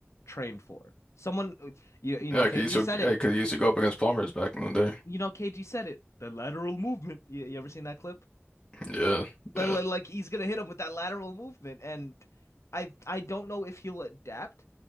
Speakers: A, on the left; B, on the left.
A: trained for. Someone you, you
B: Yeah,
A: know, KG
B: 'cause he used to,
A: said
B: yeah,
A: it.
B: 'cause he used to go up against Plumbers back in the day.
A: You know, KG said it. The lateral movement. You, you ever seen that clip?
B: Yeah,
A: Like,
B: yeah.
A: like, like he's gonna hit him with that lateral movement. And I I don't know if he'll adapt,